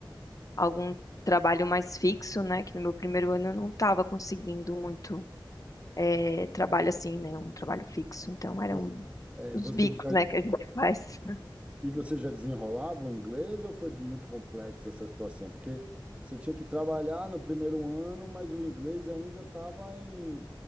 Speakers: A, on the left; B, on the right.
A: algum trabalho mais fixo, né? Que no meu primeiro ano eu não estava conseguindo muito eh, trabalho assim, né? Um trabalho fixo. Então eram
B: Você, é,
A: os
B: você
A: bicos,
B: já,
A: né, que a gente <laughs> faz.
B: e você já desenrolava o inglês ou foi muito complexa essa situação? Porque você tinha que trabalhar no primeiro ano, mas o inglês ainda estava em,